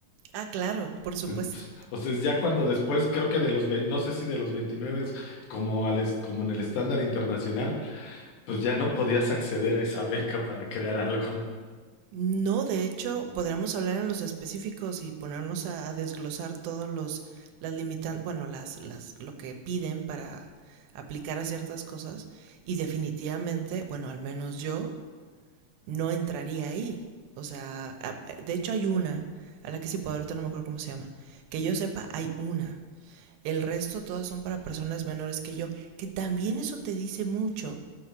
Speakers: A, on the right (about 85°); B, on the left (about 80°).
A: Ah, claro, por supuesto.
B: <laughs> O sea, es ya cuando después, creo que de los, vein- no sé si de los 29, como, al, es- como en el estándar internacional, pues ya no podías acceder a esa beca para crear algo.
A: No, de hecho, podríamos hablar en los específicos y ponernos a, a desglosar todos los las limitan, bueno, las las lo que piden para aplicar a ciertas cosas y definitivamente, bueno, al menos yo no entraría ahí. O sea, de hecho hay una, a la que sí puedo, ahorita no me acuerdo cómo se llama. Que yo sepa, hay una. El resto todas son para personas menores que yo, que también eso te dice mucho